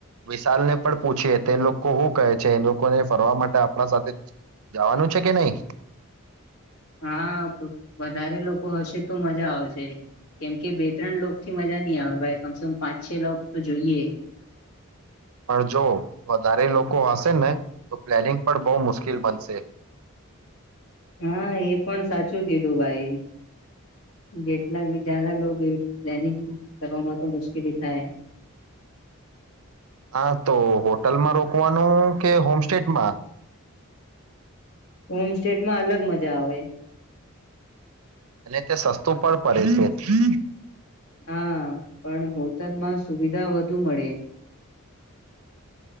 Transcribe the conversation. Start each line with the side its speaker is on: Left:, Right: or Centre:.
Right: વિશાલ ને પણ પૂછી તે લોકો શું કહે છે એ લોકોને ફરવા માટે આપણા સાથે જવાનું છે કે નહી
Left: હા વધારે લોકો લોકો હશે તો મજા આવશે કેમકે બે ત્રણ લોક થી મજા નહી આવે ભાઈ કમસે કમ પાંચ છ લોકોક તો જોઈએ
Right: પણ જો વધારે લોકો હશે ને તો પ્લેનિંગ પણ બહુ મુશ્કેલ બનશે
Left: હા એ પણ સાચું કીધું ભાઈ જેટલા જારા લોકો પ્લાનિંગ કરવામાં તો મુશ્કેલી થાય
Right: હા તો હોટલમાં રોકવાનું કે હોમ સેમાં
Left: હોમ સ્ટેટમાં અલગ મજા આવે
Right: અને તે સસ્તું પણ પડે છે
Left: હા પણ હોટલમાં સુવિધા વધુ મળે